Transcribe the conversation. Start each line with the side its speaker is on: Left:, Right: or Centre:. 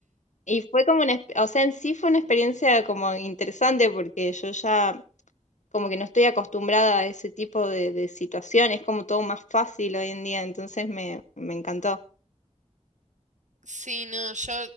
Left: Y fue como una, exp- o sea, en sí fue una experiencia como interesante porque yo ya como que no estoy acostumbrada a ese tipo de, de situaciones, es como todo más fácil hoy en día, entonces me, me encantó.
Right: Sí, no, yo